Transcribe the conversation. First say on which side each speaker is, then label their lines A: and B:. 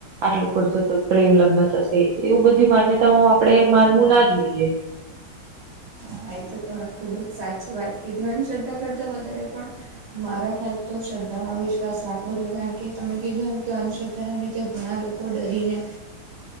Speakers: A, on the right (about 75°); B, on the right (about 60°).
A: આટલું કરશો તો પ્રેમ લગ્ન થશે એવું બધી માન્યતાઓમાં આપડે માનવું ના જોઈએ.
B: હા એ તો તમે ખૂબ જ સાચી વાત કીધી, અંધશ્રદ્ધા કરતાં વધારે પણ મારા ખ્યાલથી તો શ્રદ્ધામાં વિશ્વાસ રાખવો જોઈએ કારણ કે તમે કીધું એમ કે અંધ્રદ્ધાના લીધે ઘણા લોકો ડરીને